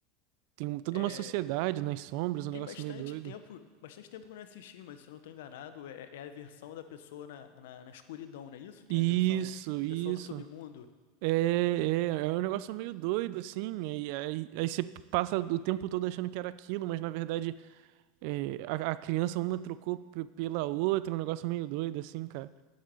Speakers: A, on the right; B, on the left.
A: tem um- toda
B: É,
A: uma sociedade nas sombras, um
B: Tem
A: negócio
B: bastante
A: meio doido.
B: tempo, bastante tempo que eu não assisti, mas se eu não estou enganado, é, é a versão da pessoa na, na, na escuridão, não é isso? Tem
A: Isso,
B: a versão
A: isso.
B: pessoa no submundo.
A: É, é, é um negócio meio doido, assim, aí, aí, aí você passa o tempo todo achando que era aquilo, mas na verdade. É, a, a criança uma trocou pe- pela outra, é um negócio meio doido, assim, cara.